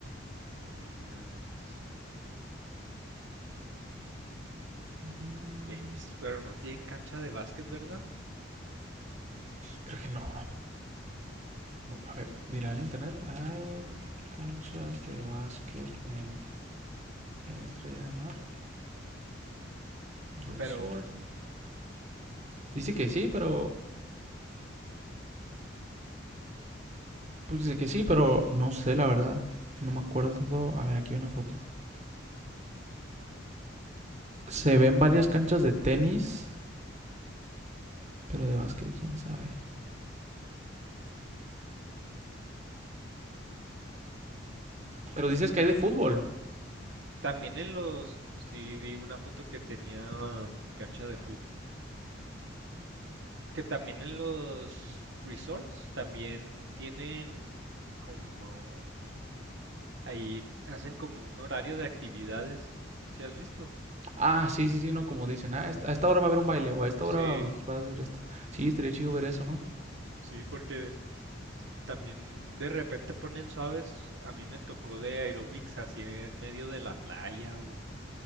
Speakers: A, on the right; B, on the right.
A: amenidades
B: Mm,
A: y tenis. Pero no tienen cancha de básquet, ¿verdad?
B: Creo que no. A ver, dirá el internet. Hay
A: A ver.
B: canchas de básquet en Estrella del Mar Resort.
A: Pero
B: Dice que sí, pero... Pues dice que sí, pero no sé la verdad. No me acuerdo. A ver, aquí hay una foto. Se ven varias canchas de tenis Pero de básquet, quién sabe. Pero dices que hay de fútbol.
A: también en los, sí vi una foto que tenía um, cancha de fútbol. Que también en los resorts también tienen como Ahí hacen como un horario de actividades, ¿si has visto?
B: Ah, sí, sí, sí, no, como dicen. Ah, esta- a esta hora va a haber un baile o a esta hora
A: Sí,
B: va, va a hacer esto. Sí, estaría chido ver eso, ¿no?
A: Sí, porque también de repente ponen suaves, a mí me tocó de aerobics así en medio de la playa o